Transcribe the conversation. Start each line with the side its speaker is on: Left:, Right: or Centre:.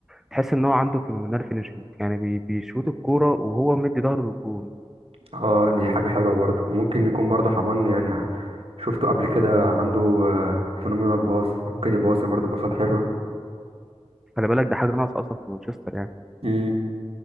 Centre: تحس ان هو عنده فينومينال فينيشنج يعني بي- بيشوط الكوره وهو مدي ظهره للجون
Right: اه دي حاجه حلوه برضو ممكن يكون برضو حمان يعني شفته قبل كده عنده فينومينال باص ممكن يباصي برضو باصات حلوه
Centre: خلي بالك ده حاجه ناقصه اصلا في مانشستر يعني
Right: امم